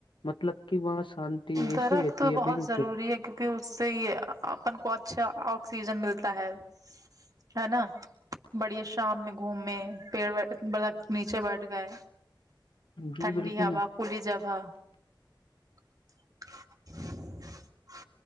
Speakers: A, on the left; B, on the right.
A: مطلب کہ وہاں شانتی ایسی
B: درخت
A: رہتی
B: تو
A: ہے
B: بہت
A: بل
B: ضروری کیونکہ اس سے اپن کو اچھا آکسیجن ملتا ہے <unintelligible> ہے نا بڑے شام میں گھومے پیڑ ب نیچے بیٹھ گئے
A: جی
B: ٹھنڈی
A: بالکل
B: ہا کھلی جگہ <unintelligible>